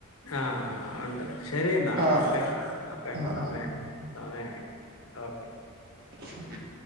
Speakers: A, on the left (about 75°); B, on the right (about 45°).
A: ആഹ് ഉണ്ട് ശരി എന്നാ
B: ആഹ്
A: ഓക്കേ ഓക്കെ
B: ആഹ്
A: സമയായി
B: ആഹ്
A: സമയായി ഓക്കെ
B: <inaudible>